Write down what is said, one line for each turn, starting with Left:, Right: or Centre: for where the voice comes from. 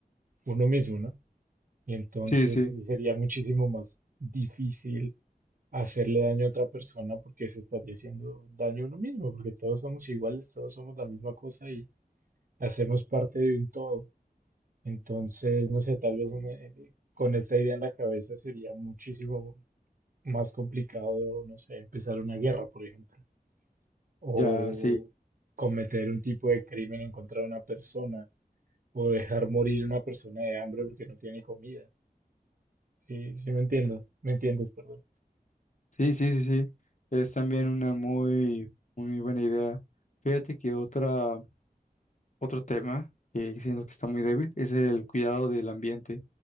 Right: uno mismo, ¿no? Y entonces
Left: Sí, sí,
Right: sí sería muchísimo más difícil hacerle daño a otra persona porque se estaría haciendo daño a uno mismo, porque todos somos iguales, todos somos la misma cosa y hacemos parte de un todo. Entonces, no sé, tal vez una- eh, con esta idea en la cabeza sería muchísimo más complicado, no sé, empezar una guerra, por ejemplo, o
Left: ya, sí,
Right: cometer un tipo de crimen en contra de una persona, o dejar morir una persona de hambre porque no tiene comida. Sí, sí me entiendo, me entiendes, perdón.
Left: sí, sí, sí, sí, es también una muy, muy buena idea. Fíjate que otra... Otro tema que siento que está muy débil es el cuidado del ambiente,